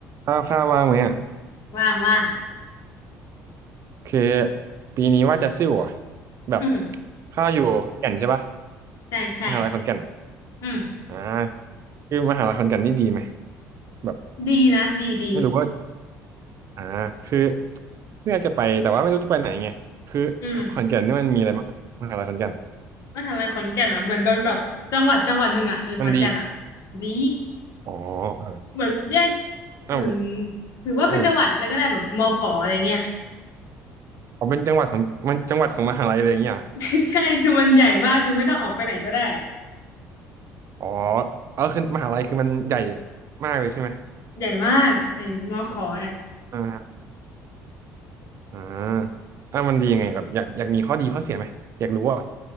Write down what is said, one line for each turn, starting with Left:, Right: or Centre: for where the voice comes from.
Right: ข้าวข้าวว่างไหมอ่ะ
Left: ว่างว่าง
Right: คือปีนี้ว่าจะซิ่วอ่ะแบบ
Left: อืม
Right: ข้าวอยู่ขอนแก่นใช่ปะ
Left: ใช่ใช่
Right: มหาลัยขอนแก่นอ่ะ
Left: อืม
Right: อ่าคือมหาลัยขอนแก่นนี่ดีไหมแบบ
Left: ดีนะดีดี
Right: ไม่รู้ว่าอ่าคือเลือกจะไปแต่ว่าไม่รู้จะไปไหนไงคือ
Left: อืม
Right: ขอนแก่นนี่มันมีอะไรบ้างมหาลัยขอนแก่น
Left: มหาลัยขอนแก่นอ่ะเหมือนเป็นแบบจังหวัดจังหวัดหนึ่งอ่ะอยู่ขอนแก่นอ่ะ
Right: มันดี
Left: ดี
Right: อ๋อเออ
Left: เหมือนแยก
Right: เอ้าว
Left: เหมือนถือว่าเป็นจังหวัดเลยก็ได้แบบมขออะไรเงี้ย
Right: เอออ๋อเป็นจังหวัดของมันจังหวัดของมหาลัยเลยอย่างเงี้ยเหรอ
Left: <laughs> ใช่คือมันใหญ่มากคือไม่ต้องออกไปไหนก็ได้อ่ะ
Right: อ๋อเออคือมหาลัยคือมันใหญ่มากเลยใช่ไหม
Left: ใหญ่มากไอ้มขอเนี่ย
Right: อ่า อ่าอ่ามันดียังไงครับอยากอยากมีข้อดีข้อเสียไหมอยากรู้ว่า